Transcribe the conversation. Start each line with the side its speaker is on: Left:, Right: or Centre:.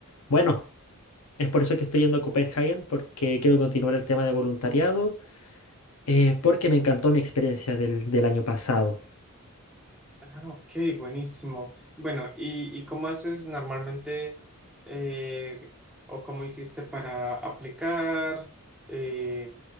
Left: bueno, es por eso que estoy yendo a Copenhagen, porque quiero continuar el tema de voluntariado, eh, porque me encantó mi experiencia del, del año pasado.
Centre: Ah, ok, buenísimo. Bueno, ¿y, y cómo haces normalmente eh, o cómo hiciste para aplicar? Eh,